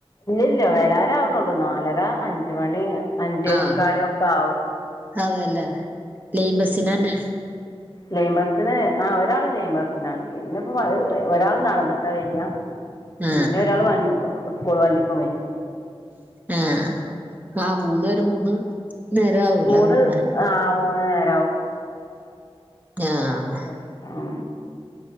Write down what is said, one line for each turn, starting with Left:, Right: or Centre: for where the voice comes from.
Left: ഇല്ല വരാനാവ്ണൊള്ളു നാലര അഞ്ച്മണി അഞ്ചേമുക്കാല്
Right: ആഹ്
Left: ഒക്കാവും
Right: അതെല്ലേ ലെയിൻ ബസ്സിനാണ്
Left: ലെയിൻ ബസ്സിന് ആഹ് ഒരാള് ലെയിൻ ബസ്സിനാണ് പിന്നെ പ്പോ ഒരാള് നടന്നിട്ടാ വെരാ. പിന്നൊരാള്
Right: ആഹ്
Left: വ <unintelligible> സ്കൂൾ വണ്ടിക്കും വെരും.
Right: ആഹ് ആ മൂന്ന് പേരും മൂന്ന് നേരാവുല്ലോ
Left: മൂന്ന്
Right: വര്ന്നേ
Left: ആ മൂന്ന് നേരാവും.
Right: ആഹ്
Left: ബസ്സിനാ